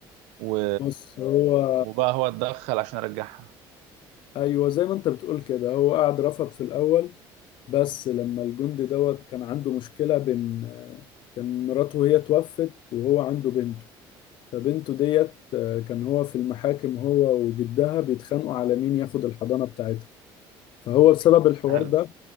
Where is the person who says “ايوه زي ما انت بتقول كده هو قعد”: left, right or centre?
Left